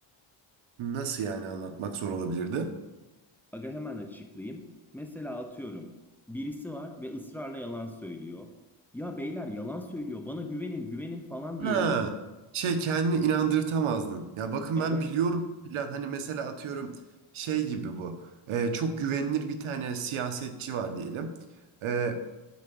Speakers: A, on the right; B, in the centre.
A: Nasıl yani anlatmak zor olabilirdi?
B: Aga hemen açıklayayım. Mesela atıyorum. Birisi var ve ısrarla yalan söylüyor. Ya beyler yalan söylüyor. Bana güvenin, güvenin falan
A: Ha,
B: diyebilir.
A: şey kendini inandırtamazdın. Ya bakın
B: Evet.
A: ben biliyorum falan hani mesela atıyorum şey gibi bu. Ee, çok güvenilir bir tane siyasetçi var diyelim. Ee,